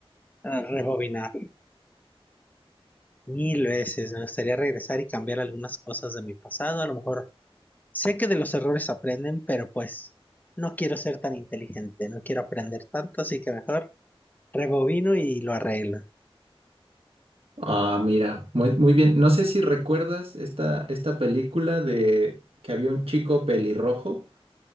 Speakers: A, on the left; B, on the right.
A: a rebobinar. Mil veces. Me gustaría regresar y cambiar algunas cosas de mi pasado. A lo mejor sé que de los errores aprenden, pero pues no quiero ser tan inteligente. No quiero aprender tanto, así que mejor rebobino y lo arreglo.
B: Ah, mira, muy, muy bien. No sé si recuerdas esta, esta película de que había un chico pelirrojo